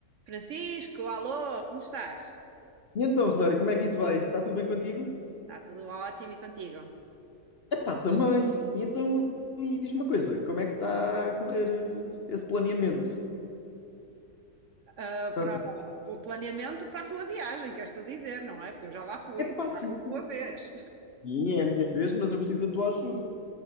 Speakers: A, on the right; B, on the left.
A: Francisco, alô, como estás?
B: E então, Rosário, como é que isso vai? Está tudo bem contigo?
A: Está tudo ótimo e contigo?
B: Epá, também. E então, e diz uma coisa, como é que está a correr eh, esse planeamento?
A: Ah,
B: Tá-
A: para o o planeamento para a tua viagem, queres tu dizer, não é? Porque eu já lá fui,
B: Epá,
A: vai
B: sim.
A: a tua vez.
B: Sim, é a minha vez, mas eu preciso da tua ajuda.